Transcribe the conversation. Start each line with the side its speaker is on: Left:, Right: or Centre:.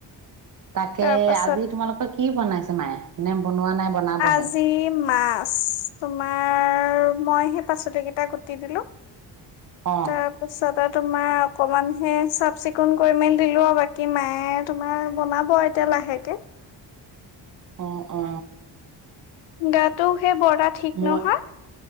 Right: তাকে
Left: তাৰ পাছত
Right: আজি তোমালোকৰ কি বনাইছে? নাই নে বনোৱা নাই বনাবহে?
Left: আজি মাছ তোমাৰ? আৰু মই সেই পাচলি কেইটা গুটি দিলো।
Right: অ',
Left: তাৰপিছতে তোমাৰ অকমান হে চ চিকুণ কৰি মেলি দিলো বাকী মায়ে তোমাৰ বনাব এতিয়া লাহেকে।
Right: অ অ
Left: গাটো সেই বৰ গা ঠিক
Right: মই
Left: নহয়।